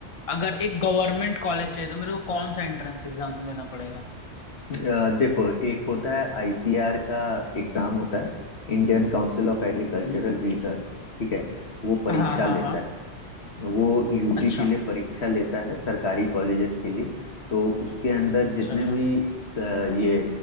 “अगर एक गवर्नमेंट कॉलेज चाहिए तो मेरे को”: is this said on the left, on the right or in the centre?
Left